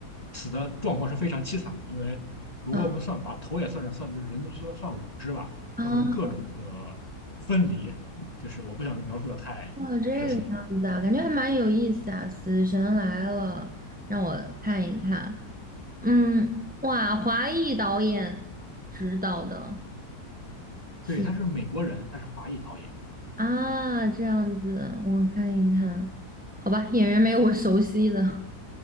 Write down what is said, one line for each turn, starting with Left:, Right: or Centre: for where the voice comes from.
Left: 死的状况是非常凄惨的，因为如果我们算把头也算上，
Centre: 嗯啊
Left: 算就是人的算算五只吧。
Centre: 啊！
Left: 它会各种的分离，就是我不想描述的太血腥。
Centre: 哦，这个样子啊，感觉还蛮有意思啊！死神来了，让我看一看。嗯，哇，华裔导演指导的死
Left: 对，他是美国人，他是华裔导演。
Centre: 啊，这样子，我看一看。好吧，演员没有我熟悉的